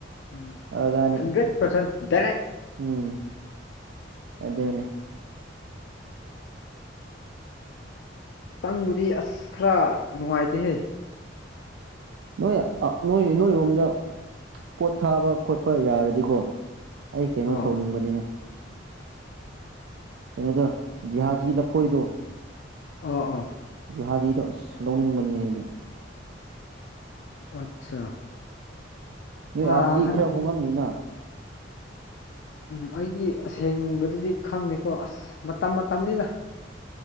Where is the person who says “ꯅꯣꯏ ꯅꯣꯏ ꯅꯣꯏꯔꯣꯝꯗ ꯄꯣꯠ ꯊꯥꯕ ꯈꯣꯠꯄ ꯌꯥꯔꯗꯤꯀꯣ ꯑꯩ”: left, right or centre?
Right